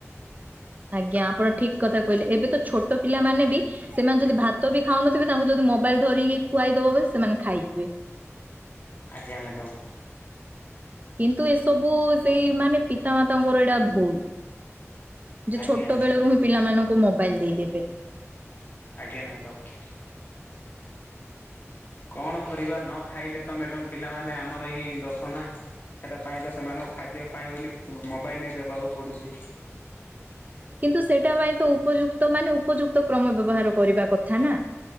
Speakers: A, on the right; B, on the left.
A: ଆଜ୍ଞା ଆପଣ ଠିକ୍ କଥା କହିଲେ ଏବେ ତ ଛୋଟ ପିଲାମାନେ ବି ସେମାନେ ଯଦି ଭାତ ବି ଖାଉନଥିବେ ତାଙ୍କୁ ଯଦି ମୋବାଇଲ ଧରିକି ଖୁଆଇ ଦବ ବୋଲି ସେମାନେ ଖାଇଥିବେ।
B: ଆଜ୍ଞା ମ୍ୟାଡ଼ାମ।
A: କିନ୍ତୁ ଏସବୁ ସେଇ ମାନେ ପିତା ମାତାଙ୍କର ଏଇଟା ଭୁଲ। ଯେ
B: ଆଜ୍ଞା
A: ଛୋଟ ବେଳୁ ହିଁ ପିଲାମାନଙ୍କୁ ମୋବାଇଲ ଦେଇଦେବେ।
B: ଆଜ୍ଞା ମାଡାମ୍। କଣ କରିବା ନ ଖାଇଲେ ତ ମ୍ୟାଡମ୍ ପିଲାମାନେ ଆମର ହିଁ ଦୋଶୋ ନା। ସେଟାପାଇ ତ ସେମାନଙ୍କୁ ଖାଦ୍ୟ ପାଇଁ ବୋଲି ମୋବାଇଲ୍ ବି ଦେବାକୁ ପଡ଼ୁଛି।
A: କିନ୍ତୁ ସେଟା ପାଇଁ ତ ଉପଯୁକ୍ତ ମାନେ ଉପଯୁକ୍ତ କ୍ରମ ବ୍ୟବହାର କରିବା କଥା ନା।